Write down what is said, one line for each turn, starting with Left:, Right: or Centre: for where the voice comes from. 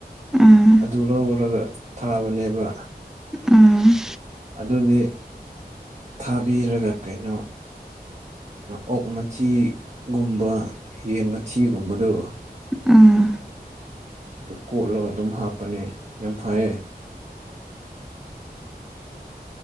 Centre: ꯎꯝ
Right: ꯑꯗꯨ ꯂꯧꯔꯒ ꯊꯥꯕꯅꯦꯕ
Centre: ꯎꯝ
Right: ꯑꯗꯨꯗꯤ ꯊꯥꯕꯤꯔꯒ ꯀꯩꯅꯣ ꯑꯣꯛ ꯃꯊꯤꯒꯨꯝꯕ ꯌꯦꯟ ꯃꯊꯤꯒꯨꯝꯕꯗꯣ
Centre: ꯑꯥ
Right: ꯑꯗꯨ ꯀꯣꯠꯂꯒ ꯑꯗꯨꯝ ꯍꯥꯞꯄꯅꯦ ꯌꯥꯝ ꯐꯩꯌꯦ